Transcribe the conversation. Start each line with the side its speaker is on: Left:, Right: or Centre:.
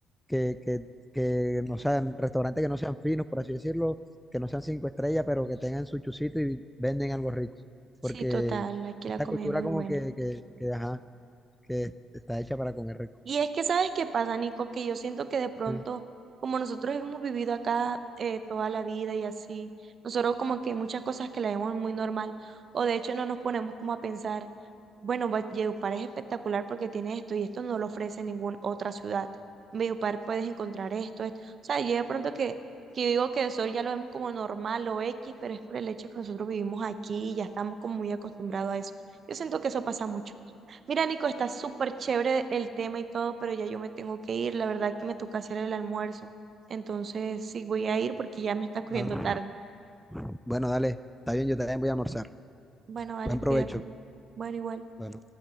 Centre: que, que, que no sean, restaurantes que no sean finos, por así decirlo, que no sean cinco estrellas, pero que tengan su chucito y venden algo rico.
Right: Sí,
Centre: Porque
Right: total. Aquí
Centre: esta
Right: la comida
Centre: cultura
Right: es muy
Centre: como
Right: buena.
Centre: que, que, que, ajá, que está hecha para comer rico.
Right: Y es que, ¿sabes qué pasa, Nico? Que yo siento que de pronto,
Centre: ¿sí?
Right: como nosotros hemos vivido acá eh, toda la vida y así, nosotros como que hay muchas cosas que la vemos muy normal, o de hecho no nos ponemos como a pensar. Bueno, Va- Valledupar es espectacular porque tiene esto y esto no lo ofrece ninguna otra ciudad. En Valledupar puedes encontrar esto, esto. O sea, yo de pronto que, que yo digo que eso ya lo vemos como normal o X, pero es por el hecho que nosotros vivimos aquí y ya estamos como muy acostumbrados a eso. Yo siento que eso pasa mucho. Mira, Nico, está súper chévere el tema y todo, pero ya yo me tengo que ir. La verdad que me toca hacer el almuerzo. Entonces, sí, voy a ir porque ya me está cogiendo
Centre: Ajá.
Right: tarde.
Centre: Bueno, dale, está bien, yo también voy a almorzar.
Right: Bueno, vale,
Centre: Buen
Right: cuídate.
Centre: provecho.
Right: Bueno, igual.
Centre: Bueno.